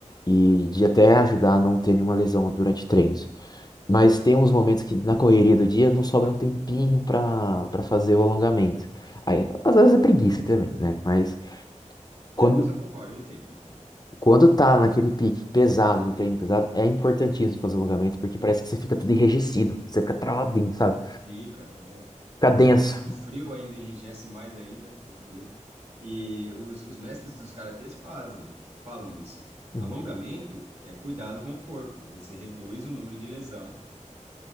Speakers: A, on the left; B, on the right.
A: E de até ajudar a não ter nenhuma lesão durante treinos. Mas tem uns momentos que na correria do dia não sobra um tempinho para para fazer o alongamento. Aí, às vezes é preguiça também, né? Mas. Quando
B: É, mas eu concordo, eu entendo, eu entendo.
A: quando tá naquele pique pesado, de treino pesado, é importantíssimo fazer alongamento, porque parece que você fica tudo enrijecido, você fica travadinho, sabe?
B: Fica, é,
A: Fica denso.
B: No frio ainda enrijece mais ainda, no frio. E os, os mestres dos karatês fazem, falam isso.
A: Uhum.
B: Alongamento é cuidado com o corpo. Você reduz o número de lesão